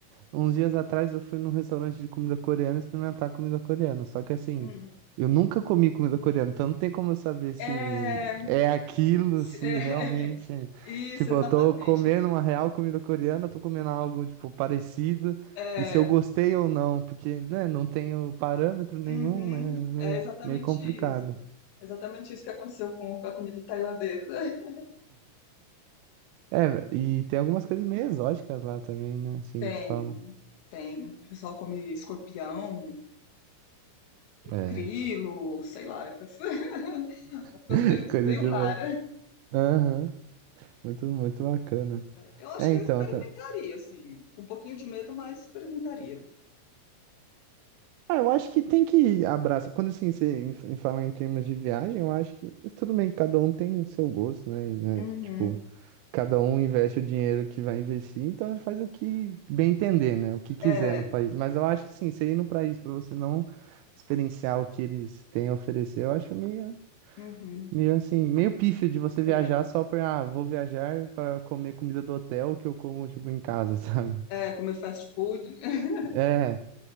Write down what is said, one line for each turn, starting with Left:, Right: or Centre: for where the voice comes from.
Right: Uns dias atrás eu fui num restaurante de comida coreana experimentar comida coreana. Só que assim,
Left: hum,
Right: eu nunca comi comida coreana, então não tem como eu saber se
Left: é,
Right: é aquilo,
Left: se-
Right: se
Left: é, <laughs>
Right: realmente.
Left: isso,
Right: Tipo,
Left: exatamente.
Right: eu tô comendo uma real comida coreana, tô comendo algo, tipo, parecido,
Left: É,
Right: e se eu gostei ou não, porque, né, não tenho parâmetro nenhum,
Left: uhum,
Right: né? Meio,
Left: é exatamente
Right: meio complicado.
Left: isso. Exatamente isso que aconteceu com com a comida tailandesa. <laughs>
Right: É, e tem algumas coisas meio exóticas lá também, né? Assim,
Left: Tem,
Right: que falam.
Left: tem. O pessoal come escorpião,
Right: É.
Left: grilo, sei lá, essas- <laughs> uma coisa
Right: <laughs>
Left: meio,
Right: Coisa
Left: meio
Right: de
Left: rara.
Right: louco. Aham. Muito, muito bacana.
Left: Eu acho
Right: É,
Left: que
Right: então,
Left: eu experimentaria,
Right: tá.
Left: assim, com um pouquinho de medo, mas experimentaria.
Right: Ah, eu acho que tem que abraçar. Quando assim, você em, em falar em termos de viagem, eu acho que tudo bem, cada um tem seu gosto, né? né?
Left: Uhum.
Right: Tipo, cada um investe o dinheiro que vai investir, então ele faz o que bem entender, né? O que quiser
Left: É,
Right: no país. Mas eu acho que sim, você ir no país para você não experienciar o que eles têm a oferecer, eu acho meio,
Left: uhum.
Right: meio assim, meio pífio de você viajar
Left: É,
Right: só pra, ah, vou viajar para comer comida do hotel que eu como, tipo, em casa, <laughs> sabe?
Left: é, comer fast food, <laughs>
Right: É.